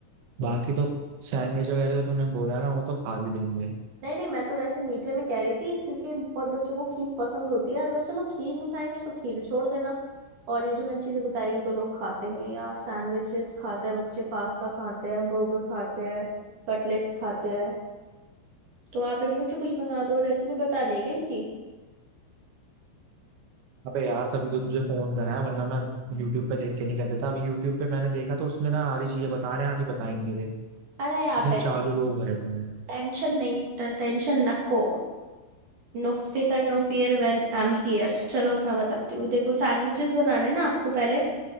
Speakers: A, on the right; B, on the right.
A: बाकी तो सैंडविच वगैरह तो तूने बोला ना वो तो खा भी लेंगे
B: नहीं नहीं मैं तो वैसे मीठे में कह रही थी क्योंकि बहुत बच्चों को खीर पसंद होती है अगर चलो खीर नहीं खाएंगे तो खीर छोड़ देना और ये जो मैंने चीजें बताई ये तो लोग खाते ही हैं यार सैंडविचेस खाते हैं बच्चे पास्ता खाते हैं बर्गर खाते हैं कटलेट्स खाते हैं तो आप इनमें से कुछ बना दो रेसिपी बतानी है क्या इनकी
A: अबे यार तभी तो तुझे फोन करा है वरना मैं यूट्यूब पे देख के नहीं कर देता अभी यूट्यूब पे मैंने देखा तो उसमें ना आधी चीजें बता रहे हैं आधी बताई नहीं रहे
B: अरे
A: इतने
B: आप टेंशन
A: चालू लोग भरे पड़े हैं
B: टेंशन नहीं टेंशन नको नो फिकर no fear when I am here चलो मैं बताती हूँ देखो सैंडविचेस बनाने ना आपको पहले